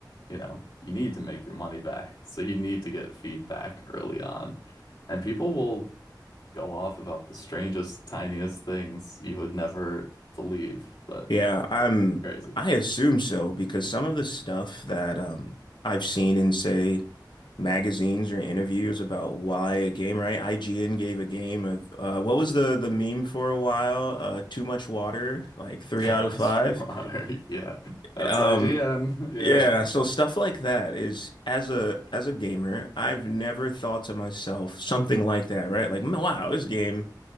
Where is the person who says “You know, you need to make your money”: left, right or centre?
Left